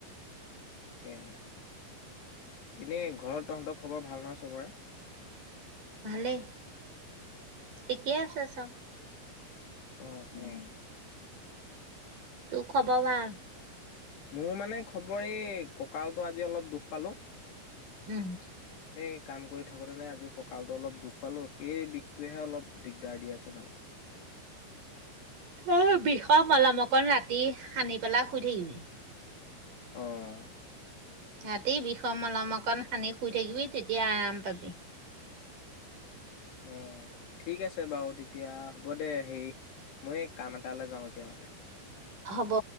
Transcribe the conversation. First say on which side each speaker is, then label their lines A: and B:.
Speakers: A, on the left; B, on the right.
A: এনেই ঘৰত তহঁতৰ খবৰ, ভাল নহয় চবৰে?
B: ভালেই ঠিকে আছে চব।
A: অহ -অহ
B: উম, তোৰ খবৰ ভাল।
A: মোৰ মানে খবৰ এই কঁকালটো আজি অলপ দুখ পালোঁ
B: উম
A: সেই কাম কৰি থাকোতে নে আজি কঁকালটো অলপ দুখ পালো সেই বিষটোৱেহে অলপ দিগদাৰ দি আছে। মানে
B: অ বিষৰ মলম অকন ৰাতি তি সানি পেলাই শুই থাকিবি
A: অহ
B: ৰাতি বিষৰ মলম অকণ সানি শুই থাকিবি তেতিয়া আৰাম পাবি।
A: উম ঠিক আছে বাৰু তেতিয়া হ'ব দে হেই মই কাম এটালৈ যাওঁ এতিয়া মানে
B: হব